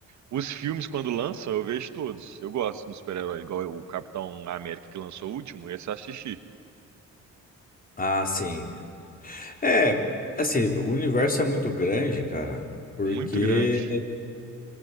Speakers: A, on the right; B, on the left.
A: os filmes, quando lançam, eu vejo todos. Eu gosto de super-herói, igual o Capitão América que lançou o último, esse eu assisti.
B: Ah, sim. É, assim, o universo é muito grande, cara, porque
A: Muito grande.